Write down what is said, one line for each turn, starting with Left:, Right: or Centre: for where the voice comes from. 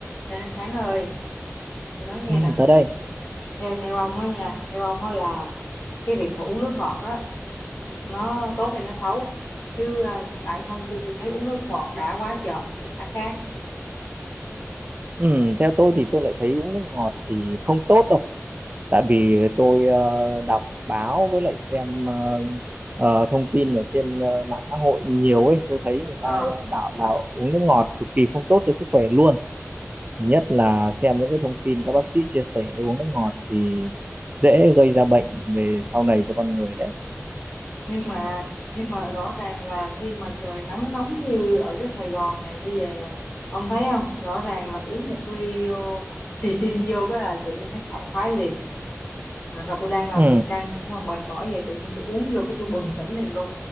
Left: Ê, Sáng ơi, tôi nói nghe
Right: Ừ,
Left: nè,
Right: tới đây
Left: theo theo ông á nha, theo ông á là cái việc mà uống nước ngọt á, nó tốt hay nó xấu? Chứ à, bản thân tôi tôi thấy uống nước ngọt đã quá trời, đã khát.
Right: ừ, theo tôi thì tôi lại thấy uống nước ngọt thì không tốt đâu tại vì tôi ờ, đọc báo với lại xem ờ, ờ, thông tin ở trên ờ, mạng xã hội nhiều ấy tôi thấy người
Left: Ừ.
Right: ta ờ, bảo là uống nước ngọt cực kỳ không tốt cho sức khỏe luôn nhất là xem những cái thông tin các bác sĩ chia sẻ uống nước ngọt thì dễ gây ra bệnh về sau này cho con người đấy
Left: nhưng mà nhưng mà rõ ràng là khi mà trời nắng nóng như ở cái Sài Gòn này như vậy nè ông thấy không rõ ràng là uống một ly vô xì tin vô cái là tự nhiên thấy sảng khoái liền hoặc là tôi đang làm
Right: ừ,
Left: việc căng thẳng và mệt mỏi vậy tự nhiên tôi uống vô cái tôi bừng tỉnh liền luôn